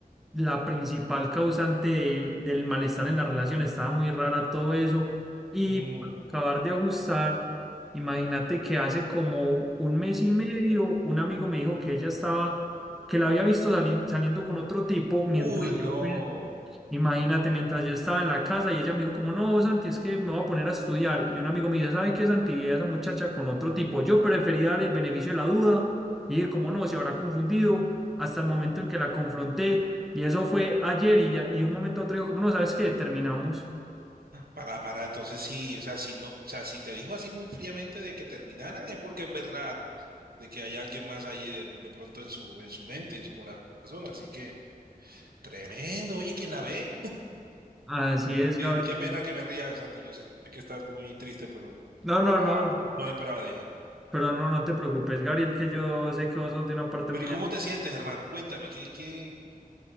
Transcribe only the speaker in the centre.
la principal causante de- del malestar en la relación. Estaba muy rara todo eso. Y
para acabar de ajustar, imagínate que hace como un mes y medio un amigo me dijo que ella estaba, que la había visto sali- saliendo con otro tipo mientras
yo Imagínate, mientras yo estaba en la casa y ella me dijo como, no, Santi, es que me voy a poner a estudiar. Y un amigo me dice, ¿sabe qué, Santi? Vi a esa muchacha con otro tipo. Yo preferí dar el beneficio de la duda. Y dije, como no, se habrá confundido hasta el momento en que la confronté. Y eso fue ayer y, ya- y de un momento a otro dijo, como no, ¿sabes qué? Terminamos.
Así
es,
Gabriel.
No, no,
no,
pero no, no te preocupes, Gabriel, que yo sé que vos sos de una parte
muy...